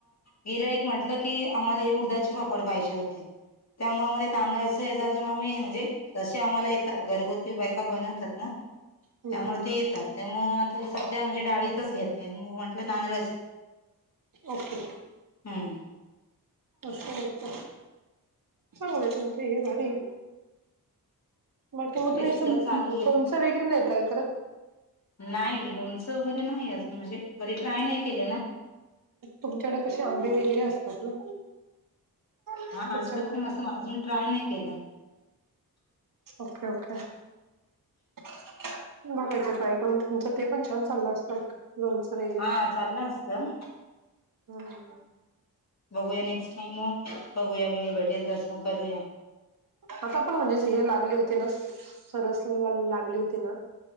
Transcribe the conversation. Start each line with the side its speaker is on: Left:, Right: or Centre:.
Left: गिराईक म्हटलं की आम्हाला हे उडदाचे पापड पाहिजे होते. त्यामुळे मग हे तांदळाच ह्याच अजून आम्ही म्हणजे जसे आम्हाला ये तात घरगुती बायका बनवतात ना,
Right: हम्म
Left: त्यामुळे
Right: हम्म हम्म
Left: ते येतात त्यामुळे आता ह्याच ते म्हणजे डाळीतच घेतलंय मग म्हटलं नाना
Right: ओके ओके
Left: हम्म
Right: असं होत चांगलय तुमच हे भारी ये. बाकी मग
Left: हे
Right: तुम्ही
Left: सध्या
Right: असं लोणचं
Left: चालू आहे.
Right: वगैरे नाही ट्राय करत?
Left: नाही लोणचं वगैरे नाही अजून म्हणजे कधी ट्राय नाही केलं ना.
Right: तुमच्याकड कशे आंबे वगैरे असतात ना. त्याच्यामुळे
Left: हा हा असतात पण असं अजून ट्राय नाही केलं.
Right: ओके ओके बघायचे ट्राय करून तुमचं ते पण छान चाललं असतं. लोणचं वगैरे.
Left: हा चाललं असतं,
Right: हम्म
Left: बघूया नेक्स्ट टाइम बघूया वेळ भेटेल तसं करूया.
Right: आता पण म्हणजे हे लागले होते ना, सरसला लागले होते ना?